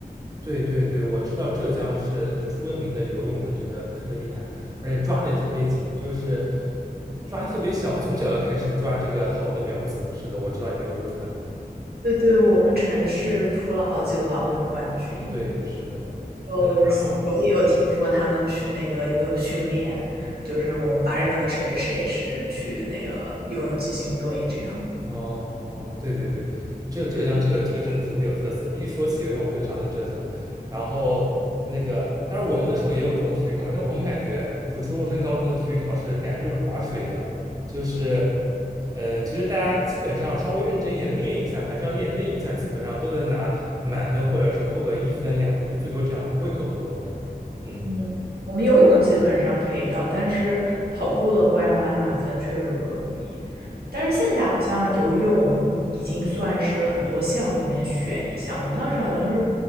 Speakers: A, on the right (about 25°); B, on the right (about 85°).
A: 对对对，我知道浙江是就出了名的游泳的这个特别厉害，而且抓的也嗯特别紧，就是
B: 嗯，
A: 抓特别小，从小就开始抓这个好的苗子。是的，我知道你们有这个传统。
B: 对对，我们城市出了好几个奥运冠军。
A: 对，是的，
B: 就小时候也有听说他们去那个游泳训练，
A: 嗯，然后。
B: 就是我们班上的谁谁谁是去那个游泳集训队这样。
A: 哦哦，对对对，浙浙江这个这个真的特别有特色。一说起游泳，我就想起浙江。然后那个，但是我们那时候也有这种体育考试，但我们感觉就初中升高中的体育考试，感觉就是划水的，就是，呃，其实大家基本上稍微认真一点练一下，还是要练练一下，基本上都能拿满分或者是扣个一分两分，就最多这样，不会扣很多分。嗯，
B: 嗯，我们游泳基本上可以到，但是跑步的话要拿满分确实不容易。但是现在好像游泳已经算是很多项里面选一项，我们当时好像是